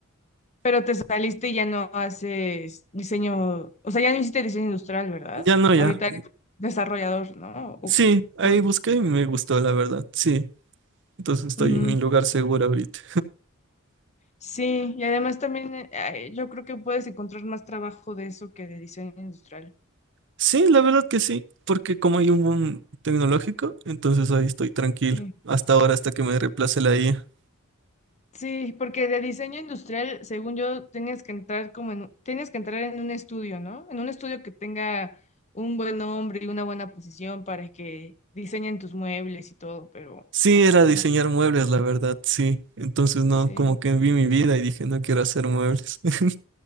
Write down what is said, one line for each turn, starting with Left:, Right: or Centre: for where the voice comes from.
Left: Pero te saliste y ya no haces diseño, o sea, ya no hiciste diseño industrial, ¿verdad?
Right: Ya no, ya.
Left: Ahorita eres desarrollador, ¿no? O-
Right: Sí, ahí
Left: o-
Right: busqué y me gustó, la verdad. Sí, entonces estoy
Left: ujú.
Right: en mi lugar seguro ahorita.
Left: Sí, y además también eh, ay, yo creo que puedes encontrar más trabajo de eso que de diseño industrial.
Right: Sí, la verdad que sí, porque como hay un boom tecnológico, entonces ahí estoy tranquilo,
Left: Sí.
Right: hasta ahora, hasta que me reemplace la IA.
Left: Sí, porque de diseño industrial, según yo, tienes que entrar como en, tienes que entrar en un estudio, ¿no? En un estudio que tenga un buen nombre y una buena posición para que diseñen tus muebles y todo, pero
Right: Sí,
Left: así
Right: era
Left: como
Right: diseñar
Left: que
Right: muebles, la verdad, sí. Entonces no,
Left: sí.
Right: como que vi mi vida y dije, no quiero hacer muebles. <laughs>